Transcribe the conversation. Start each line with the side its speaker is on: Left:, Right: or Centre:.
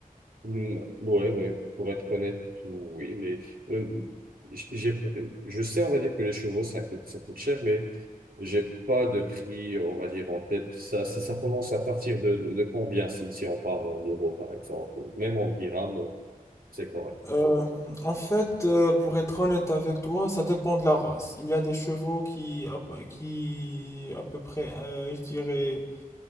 Right: Hmm, Ouais, ouais, pour être honnête, oui, mais euh, j- j'ai, je sais, on va dire que les chevaux, ça coûte, ça coûte cher, mais j'ai pas de prix, on va dire, en tête. Ça, ça, ça commence à partir de, de combien, si, si on parle en euros, par exemple, ou même en dirhams, c'est correct.
Left: Euh, en fait, euh, pour être honnête avec toi, ça dépend de la race. Il y a des chevaux qui, à peu- qui à peu près, euh, je dirais,